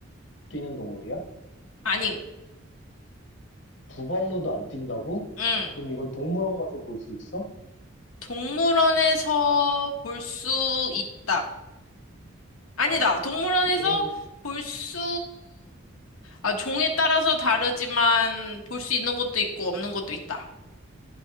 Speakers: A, on the left (about 60°); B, on the left (about 85°).
A: 뛰는 동물이야?
B: 아님.
A: 두 발로도 안 뛴다고?
B: 응.
A: 그럼 이건 동물원 가서 볼 수 있어?
B: 동물원에서 볼 수 있다. 아니다.
A: 어,
B: 동물원에서
A: 이건
B: 볼 수, 아, 종에 따라서 다르지만 볼 수 있는 것도 있고 없는 것도 있다.